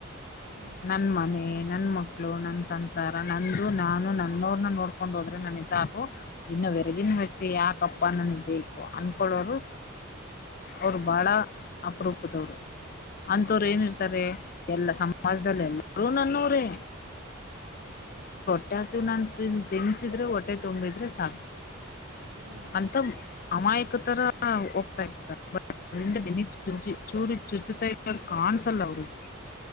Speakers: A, on the right; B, on the left.
A: ಹ್ಮ <inaudible>
B: ನನ್ನ ಮನೆ ನನ್ ಮಕ್ಳು ನನ್ನ ಸಂಸಾರ ನಂದು ನಾನು ನನ್ನವ್ರನ್ನ ನೋಡ್ಕೊಂಡು ಹೋದ್ರೆ ನನಗ ಸಾಕು ಇನ್ನು
A: ಹ್ಮ್
B: ಹೊರಗಿನ ವ್ಯಕ್ತಿ ಯಾಕಪ್ಪ ನನಗ್ ಬೇಕು ಅನ್ಕೊಳ್ಳೋರು ಅವ್ರು ಬಾಳ ಅಪರೂಪದವ್ರು. ಅಂತವರು ಏಲ್ಲಿರ್ತಾರೆ ಎಲ್ಲಾ ಸಮಾಜದಲ್ಲ ಎಲ್ಲರು ನನ್ನವ್ರೇ
A: ಹೌದಾ,
B: <unintelligible> ಟಾಸು ನನ್ ತೆನ್ಸಿದ್ರೆ ಹೊಟ್ಟೆ ತಂಬಿದ್ರೆ ಸಾಕು
A: ಹಾ
B: ಅಂತ ಅಮಾಯಕ ತರ ಹೋಗ್ತಾ ಇರತಾರೆ. ಇಂದ ಬೆನ್ನಿಗಿಚೂರಿ ಚುಚ್ತಾಇರದ ಕಾನ್ಸಲ್ ಅವರಿಗೆ.